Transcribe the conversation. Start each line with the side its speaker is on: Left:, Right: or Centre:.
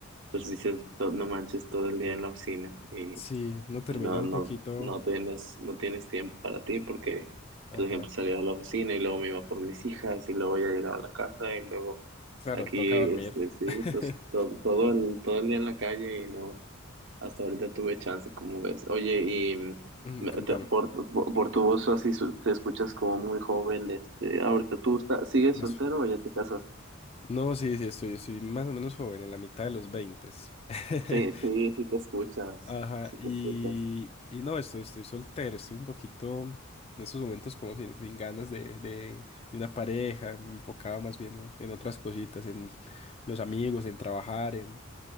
Right: pues dices, "No no manches todo el día en la oficina y,
Left: Sí, no termina
Right: y no,
Left: un
Right: no,
Left: poquito.
Right: no tienes, no tienes tiempo para ti porque,
Left: Ajá.
Right: por ejemplo, salía de la oficina y luego me iba por mis hijas y luego ya llegaba a la casa y luego
Left: Claro,
Right: aquí,
Left: toca dormir.
Right: este, sí,
Left: <laughs>
Right: pues todo, todo el, todo el día en la calle y no, hasta ahorita tuve chance, como ves. Oye, y mm,
Left: Mm,
Right: me-
Left: Contame.
Right: te- por, por, por tu voz así su- te escuchas como muy joven, este, ahorita tú estás, ¿sigues
Left: Más-
Right: soltero o ya te casaste?
Left: No, sí, sí, estoy, estoy más o menos joven, en la mitad de los 20. <laughs>
Right: Sí, sí, sí te escuchas,
Left: Ajá,
Right: sí
Left: y,
Right: te escuchas.
Left: y no, estoy, estoy soltero, estoy un poquito en estos momentos como sin, sin ganas de, de, de una pareja, me enfocaba más bien en, en otras cositas, en los amigos, en trabajar, en